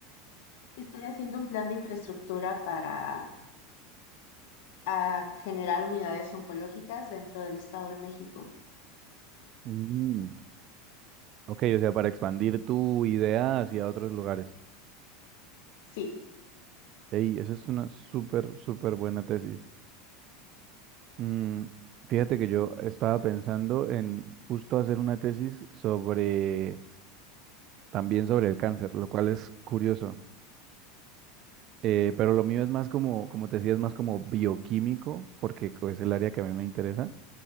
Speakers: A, on the left; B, on the right.
A: Estoy haciendo un plan de infraestructura para ah, generar unidades oncológicas dentro del Estado de México.
B: Mm, Ok, o sea, para expandir tu idea hacia otros lugares.
A: Sí.
B: Ey, eso es una súper, súper buena tesis. Mm, fíjate que yo estaba pensando en justo hacer una tesis sobre, también sobre el cáncer, lo cual es curioso. Eh, pero lo mío es más como, como te decía, es más como bioquímico, porque co- es el área que a mí me interesa.